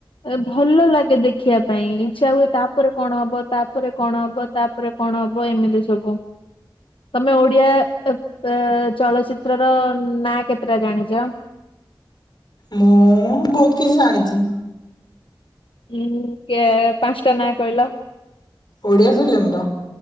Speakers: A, on the left (about 85°); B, on the left (about 55°).
A: ଏ ଭଲ ଲା ଗେ ଦେଖିବା ପାଇଁ ଇଛା ହୁଏ ତାପରେ କଣ ହବ ତାପରେ କଣ ହବ ତାପରେ କଣ ହବ ଏମିତି ସ୍ ସବୁ। ତମେ ଓଡିଆ ଏ ଏ ଚଳଚିତ୍ରର ନାଆ କେତେଟା ଜାଣିଚ?
B: ମୁଁ ବୋହୁତ କିଛି ଜାଣିଚି।
A: ଉଁ କେ ପାଞ୍ଚଟା ନାଆ କହିଲ?
B: ଓଡିଆ ଫିଲିମର